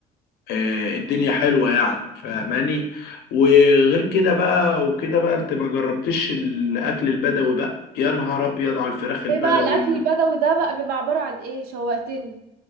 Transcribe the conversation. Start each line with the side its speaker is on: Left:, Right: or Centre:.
Left: آه، الدنيا حلوة يعني فاهماني وغير كده بقى وكده بقى انت ما جربتش الاكل البدوي بقى يا نهار ابيض على الفراخ البدوي
Right: ايه بقى الاكل البدوي ده بقى بيبقى عباره عن ايه شوقتني